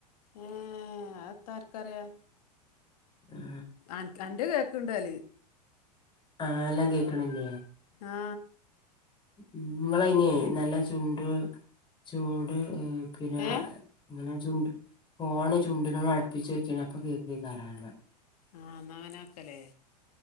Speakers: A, on the left; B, on the left.
A: ആ അതെന്താ ആരെക്കറിയ.
B: ആ
A: അനക്ക് ആന്റത് കേക്കണ്ടല.
B: ആ എല്ലാം കേക്കണില്ലേ?
A: ആ
B: നിങ്ങളന നല്ല ചുണ്ട് ചൂട് ഏ പിന്നെ
A: ഏ
B: ഇങ്ങനെ ചുണ്ട് ഫോണ് ചുണ്ടിനോട് അടുപ്പിച്ച് വെക്കണ അപ്പൊ. <unintelligible>
A: ആ ന്നാങ്ങനെനാക്കല്ലേ?